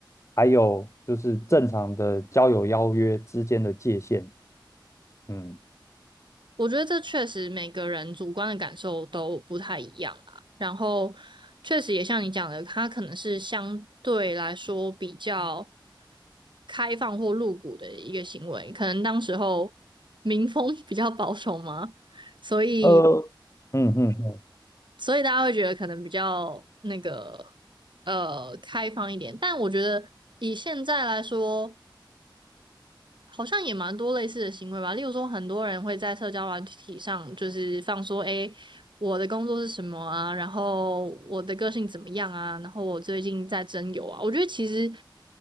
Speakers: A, on the left (about 35°); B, on the right (about 70°).
A: 还有就是正常的交友邀约之间的界限。嗯。
B: 我觉得这确实每个人主观的感受都不太一样啦。然后，确实也像你讲的，它可能是相对来说比较开放或露骨的一个行为，可能当时候民风 <laughs> 比较保守嘛，所以
A: 呃，嗯嗯嗯，
B: 所以大家会觉得可能比较那个呃开放一点。但我觉得以现在来说，好像也蛮多类似的行为吧。例如说，很多人会在社交软体上就是放说，诶，我的工作是什么啊？然后我的个性怎么样啊？然后我最近在征友啊。我觉得其实